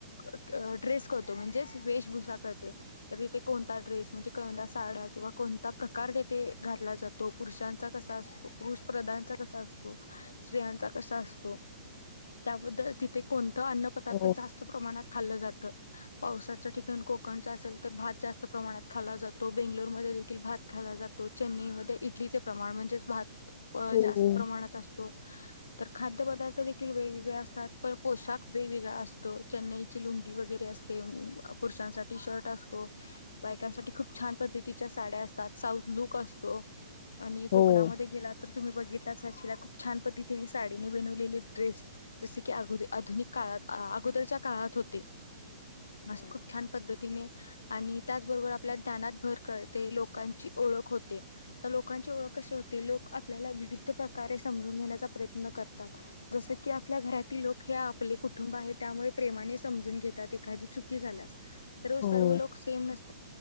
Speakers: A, on the left; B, on the left.
A: <inaudible> ड्रेस कळतो म्हणजेच वेशभूषा कळते तिथे कोणता ड्रेस म्हणजे कोणत्या साड्या किंवा कोणता प्रकार तेथे घातला जातो पुरुषांचा कसा असतो पुरुषपदांचा कसा असतो स्त्रियांचा कसा असतो, त्याबद्दल तिथे कोणता अन्न पदार्थ
B: हो.
A: जास्त प्रमाणात खाल्लं जात पावसाचं ठिकाण कोकणच असेल तर भात जास्त प्रमाणात खाल्ला जातो, बेंगलोरमध्ये डाल भात खायला जातो, चेन्नईमध्येध्ये इडलीचे प्रमाण म्हणजेच भात
B: हो. हो
A: जास्त प्रमाणात असतो तर खाद्य पदार्थ देखील वेगवेगळे असतात. पण पोशाख वेगवेगळा असतो चेन्नईचे लुंगी वगैरे असते, पुरुषांसाठी शर्ट असतो, बायकांसाठी खूप छान पद्धतीच्या साड्या असतात, साऊथ लुक असतो. आणि
B: हो.
A: कोकणामध्ये गेलात तर तुम्ही बघित बघितलाच असशील खूप छान पद्धतीने साडीने विणलेले ड्रेस जसे की, आधुनिक काळात अगोदरच्या काळात होते असं खूप छान पद्धतीने, आणि त्याचबरोबर आपल्या ज्ञानात भर कळते लोकांची ओळख होते तर लोकांची ओळख कशी होते. लोक आपल्याला विविध प्रकारे समजून घेण्याचा प्रयत्न करतात, जस की आपल्या घरातील लोक आपले कुटुंब आहे त्यामुळे प्रेमाने समजून घेतात, एखादी चुकी झाल्यास तर
B: हो.
A: सर्व लोक सेम नस